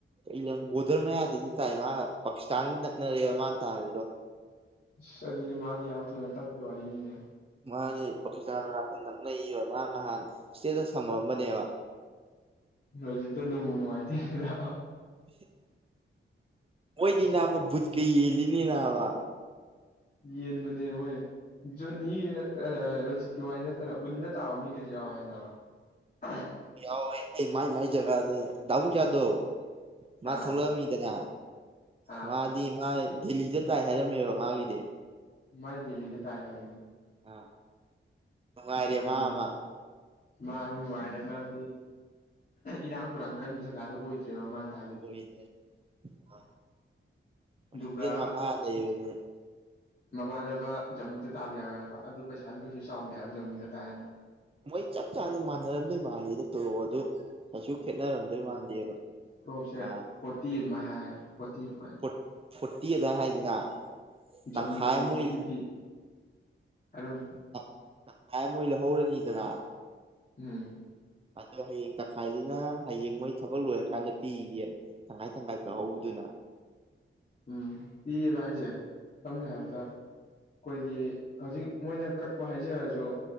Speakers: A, on the right; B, on the left.
A: ꯩꯀꯩ ꯂꯝ ꯕ‌ꯣꯗꯔ ꯃꯌꯥꯗꯗꯤ ꯇꯥꯏ ꯃꯥ ꯄꯥꯀꯤꯁꯇꯥꯟꯒ ꯅꯛꯅꯔꯦꯕ ꯃꯥꯅ ꯇꯥꯔꯤꯗꯣ
B: ꯑꯁ ꯑꯗꯨꯗꯤ ꯃꯥꯗꯤ ꯌꯥꯝ ꯊꯨꯅ ꯇꯠꯄꯩ ꯋꯥꯔꯤꯅꯤꯅꯦ
A: ꯃꯥꯅ‌ꯦ ꯄꯥꯀꯤꯁꯇꯥꯟ ꯃꯅꯥꯛꯇ ꯅꯛꯅꯩꯑꯦꯕ ꯃꯥ ꯅꯍꯥꯟ ꯏꯁꯇꯦꯇꯁꯗ ꯊꯝꯃꯛꯑꯝꯕꯅꯦꯕ
B: ꯎꯝ ꯍꯧꯖꯤꯛꯇ ꯅꯨꯡꯕꯨ ꯅꯨꯡꯉꯥꯏꯇ‌ꯦꯗ
A: <unintelligible> ꯃꯣꯏꯗꯤ ꯅꯥꯕ ꯕꯨꯠꯀ ꯌꯦꯜꯂꯤꯅ‌‌ꯦ ꯅꯥꯕ
B: ꯌꯦꯟꯕꯅꯦ ꯃꯣꯏ ꯖꯣꯅꯤ ꯑꯥ ꯑꯥ ꯔꯣꯖꯤꯠꯀꯤ ꯋꯥꯔꯤ ꯅꯠꯇꯅ ꯎꯟꯗ ꯇꯥꯕ ꯃꯤꯒꯩꯁꯨ ꯌꯥꯎꯋꯦ ꯍꯥꯏꯅ ꯑ
A: ꯌꯥꯎꯋꯦ ꯑꯩ ꯃꯥꯏ ꯃꯥꯏ ꯖꯒꯥꯗ ꯗꯥꯕꯨꯡꯆꯥꯗꯣ ꯃꯥ
B: ꯑꯥ
A: ꯊꯣꯛꯂꯛꯑꯃꯤꯗꯅ
B: ꯑꯥ
A: ꯃꯥ ꯗꯤ ꯃꯥ ꯗꯦꯜꯂꯤꯗ ꯇꯥꯏ ꯍꯥꯏꯔꯝꯃꯦꯕ ꯃꯥꯒꯤꯗꯤ
B: ꯃꯥꯥꯏ ꯗꯦꯜꯂꯤꯗ ꯇꯥꯥꯏ ꯍꯥꯏꯕꯅꯦ
A: ꯑꯥ ꯅꯨꯡꯉꯥꯏꯔꯦ
B: ꯉꯍꯥꯟ
A: ꯃꯥ ꯑꯃ
B: ꯃꯥ ꯅꯨꯡꯉꯥꯏꯔꯦ ꯃꯔꯝꯗꯤ ꯏꯔꯥꯡ ꯐꯨꯔꯥꯡ ꯀꯟꯕ ꯖꯒꯥꯗ ꯑꯣꯏꯗ꯭ꯔꯦꯕ ꯃꯥꯅ ꯇꯥꯏꯗꯨꯗꯤ
A: ꯐꯩꯗ ꯑ ꯄꯔꯁꯤꯗꯦꯟ
B: ꯑꯗꯨꯒ
A: ꯃꯈꯥꯗ ꯂꯩꯕꯅꯤ
B: ꯃꯃꯥꯟꯅꯕ ꯖꯃꯨꯗ ꯇꯥꯕ ꯌꯥꯎꯋꯦꯕ ꯑꯗꯨ ꯄꯩꯁꯥꯗꯨ ꯀꯩꯁꯨ ꯆꯥꯎꯗꯦꯕ ꯖꯃꯨꯗ ꯇꯥꯏꯌꯦꯅ
A: ꯃꯣꯏ ꯆꯞ ꯆꯥꯅ ꯃꯥꯟꯅꯔꯝꯗꯣꯏ ꯃꯥꯥꯟꯜꯂꯤꯗ ꯇꯣꯂꯣꯞ ꯑꯗꯨ ꯀꯩꯁꯨ ꯈꯦꯠꯅꯔꯝꯗꯣꯏ ꯃꯥꯟꯗꯦꯕ
B: ꯇꯣꯞꯁꯦ
A: ꯑꯥ
B: ꯐꯣꯔꯇꯤ ꯑꯗꯨꯃꯥꯏꯅ ꯍꯥꯏꯌꯦ ꯐꯣꯔꯇꯤ ꯑꯗꯨꯃꯥꯏꯅ
A: ꯐꯣꯔꯠ ꯐꯣꯔꯇꯤ ꯑꯗꯥꯏ ꯍꯥꯏꯗꯅ
B: ꯖꯝꯃꯨꯗꯕꯧ
A: ꯇꯪꯈꯥꯏ ꯃꯣꯏ
B: ꯐꯣꯔꯇꯤ ꯄꯤ <unintelligible>
A: ꯇꯪ ꯇꯪꯈꯥꯏ ꯑꯃ ꯃꯣꯏ ꯂꯧꯍꯧꯔꯅꯤꯗꯅ
B: ꯎꯝ
A: ꯑꯗꯣ ꯍꯌꯦꯡ ꯇꯪꯈꯥꯏꯗꯨꯅ ꯍꯌꯦꯡ ꯃꯣꯏ ꯊꯕꯛ ꯂꯣꯏꯔꯀꯥꯟꯗ ꯄꯤꯒꯦ ꯇꯪꯈꯥꯏ ꯇꯪꯈꯥꯏ ꯀꯛꯍꯧꯕꯗꯨꯅ
B: ꯎꯝ ꯄꯤꯌꯦꯕ ꯍꯥꯏꯁꯦ ꯁꯝꯅ ꯍꯥꯏꯔꯕꯗ ꯑꯩꯈꯣꯏꯒꯤ ꯍꯧꯖꯤꯛ ꯃꯣꯏꯅ ꯀꯛꯄ ꯍꯥꯏꯖꯔꯁꯨ